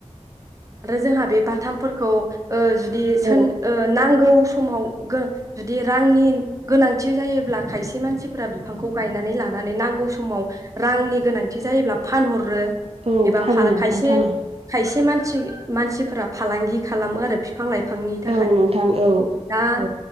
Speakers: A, on the right; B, on the right.
A: जोंहा बे बाथामफोरखौ ओ जुदि
B: औ
A: सोन ओ नांगौ समाव गो जुदि रांनि गोनांथि जायोब्ला खायसे मानसिफोरा बिफांखौ गायनानै लानानै नांगौ समाव रांनि गोनांथि जायोब्ला फानहरो
B: औ
A: एबा
B: फानो
A: फाला
B: नोंथां
A: खायसे
B: फानो
A: खायसे मानसि-मानसिफोरा फालांगि खालामो आरो बिफां लाइ फांनि
B: औ
A: थाखाय
B: नोंथां औ
A: दा।
B: औ